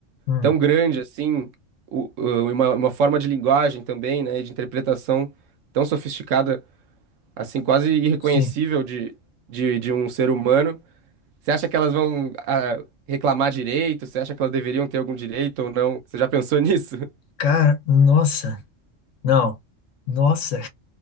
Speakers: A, on the left; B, on the right.
A: hum,
B: tão grande assim, o- o- uma, uma forma de linguagem também, né, e de interpretação tão sofisticada, assim, quase irreconhecível
A: sim.
B: de, de, de um ser humano, você acha que elas vão ah, reclamar direito? Você acha que elas deveriam ter algum direito ou não? Você já pensou nisso? <laughs>
A: Cara, nossa. Não. Nossa.